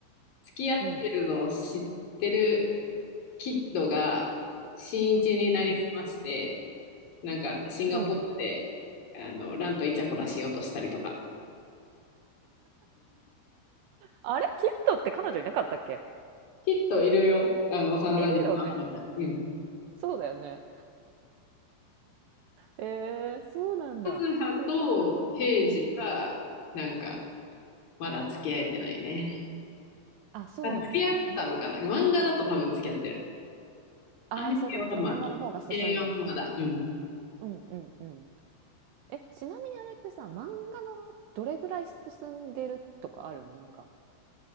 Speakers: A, on the left (about 45°); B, on the right (about 75°).
A: 付き合ってるのを知ってる
B: うん、
A: キッドが、新一になりすまして、
B: うん、
A: なんか、シンガポールで、
B: うん。
A: あの、ランとイチャコラしようとしたりとか。
B: あれキットって彼女いなかったっけ
A: キッドいるよ。あの、幼馴染のアホちゃん。
B: いるよね。
A: うん。
B: そうだよね。えー、そうなんだ。
A: カズハとヘイジは、
B: で、うん。
A: なんか、まだ付き合えてないね。
B: あ、そうだよね。
A: あ、付き合ったのかな漫画だと多分付き合ってる。
B: あのああ、
A: アニメはまだ。
B: そういうことか。漫画の方が進んでるから。
A: 映画もまだ。うん。
B: うんうんうん。え、ちなみにあれってさ、漫画のどれぐらい進んでるとかあるのなんか、